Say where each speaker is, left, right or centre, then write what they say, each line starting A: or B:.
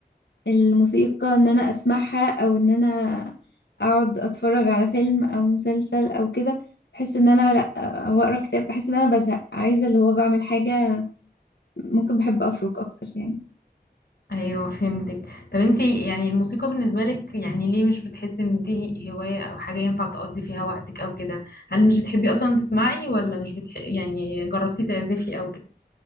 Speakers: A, on the left; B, on the left.
A: الموسيقى ان انا اسمعها او ان انا اقعد اتفرج على فيلم او مسلسل او كده بحس ان انا لا او اقرا كتاب بحس ان انا بزهق عايزه اللي هو بعمل حاجه ممكن بحب افرك اكتر يعني
B: ايوه فهمتك طب انت يعني الموسيقى بالنسبه لك يعني ليه مش بتحسي ان دي هوايه او حاجه ينفع تقضي فيها وقتك او كده هل مش بتحبي اصلا تسمعي ولا مش بتح... يعني جربتي تعزفي او